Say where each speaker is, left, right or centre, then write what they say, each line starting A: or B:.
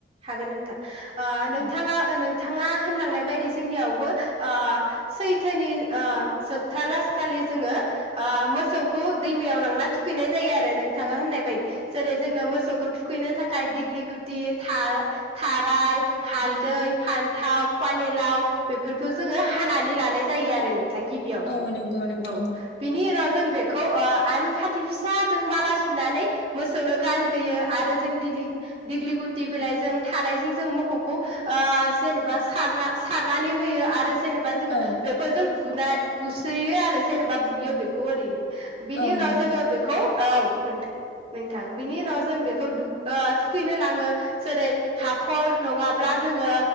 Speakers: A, on the right; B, on the left.
A: हागोन नों थां <inaudible> ओ नोंथाङा
B: औ
A: ओ नों बिथाङा होनलांनाय बायदि जोंनियावबो ओ सैथोनि ओ‌ जोब्था लासखालि जोङो ओ मोसौखौ दैमायाव लांना थुखैनाय जायो आरो नोंथाङा होननाय बायदि जेरै जोंनो मोसौखौ थुखैनो था खाय दिग्लि गुथि थार-थाराय हालदै फान्थाव पानिलाव बेफोरखौ जोङो हानानै लानाय जायो आरो नों बिथां गिबियावनो
B: औ नंगौ नोंथां
A: औ बिनि राज जों बेखौ ओ आरुं खाथि फिसाजों माला सुनानै मोसौनो गानहोयो आरो जों दिग्लि दिग्लि गुथि बिलाइजों थारायजों जों मोखौखौ ओ जेनेबा सारना सारनानै होयो आरो जेनेबा जोङो
B: औ
A: बेफोरजों बुनाय बुस्रोयो आरो जेनेबा बुयो बेखौ ओरैनो। बिनि
B: औ
A: उनाव
B: नंगौ
A: जोङो
B: नोंथां
A: बेखौ औ नोंथां नोंथां बिनि उनाव जों बेखौ दुब ओ थुखैनो लाङो जेरै हाखर नङाब्ला जोङो